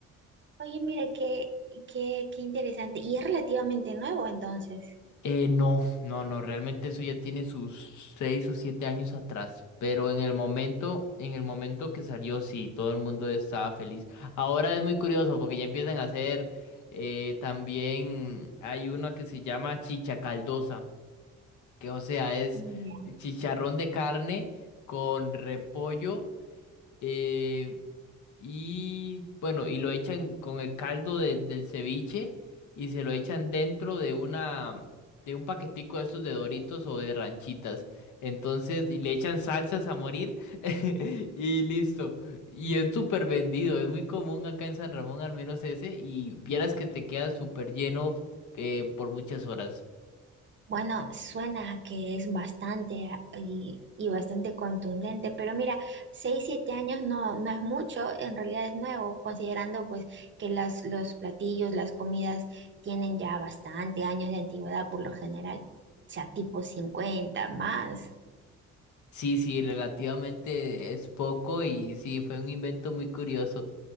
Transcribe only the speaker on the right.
Oye, mira, qué, qué, qué interesante. Y es relativamente nuevo entonces.
Oye,
Bueno, suena que es bastante ah, y, y bastante contundente, pero mira, 6 7 años no, no es mucho, en realidad es nuevo, considerando pues que las, los platillos, las comidas tienen ya bastante años de antigüedad por lo general, o sea, tipo cincuenta más.